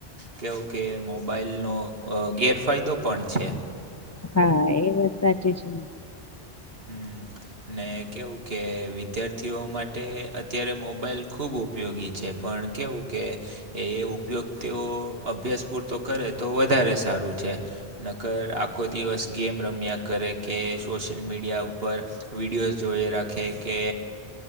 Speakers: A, on the right; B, on the left.
A: કેવું કે મોબાઈલનો ગેરફાયદો પણ છે.
B: હા એ વાત સાચી છે.
A: હમ ને કેવું કે વિદ્યાર્થીઓ માટે અત્યારે મોબાઈલ ખૂબ ઉપયોગી છે, પણ કેવું કે એ ઉપયોગ તેઓ અભ્યાસ પૂરતો કરે તો વધારે સારું છે. નકર આખો દિવસ ગેમ રમ્યા કરે કે સોશિયલ મીડિયા ઉપર વિડીયોઝ જોઈ રાખે કે